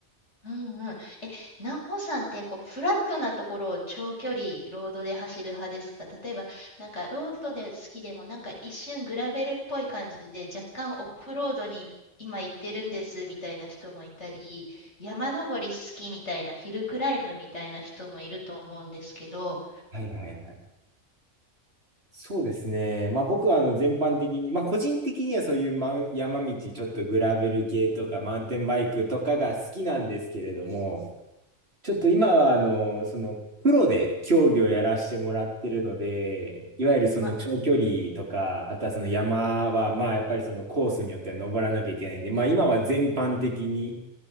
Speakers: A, on the left; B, on the right.
A: うんうん。え、なおさんって、こう、フラットなところを長距離ロードで走る派ですか例えば、なんか、ロードで好きでも、なんか一瞬グラベルっぽい感じで、若干オフロードに今行ってるんですみたいな人もいたり、山登り好きみたいな、ヒルクライムみたいな人もいると思うんですけど、
B: はいはいはい。そうですね。まあ僕はあの全般的に、まあ個人的にはそういうマウン山道、ちょっとグラベル系とかマウンテンバイクとかが好きなんですけれども、ちょっと今は、あの、その、プロで競技をやらせてもらってるので、いわゆるその長距離とか、
A: ま、
B: あとはその山は、まあやっぱりそのコースによっては登らなきゃいけないんで、まあ今は全般的に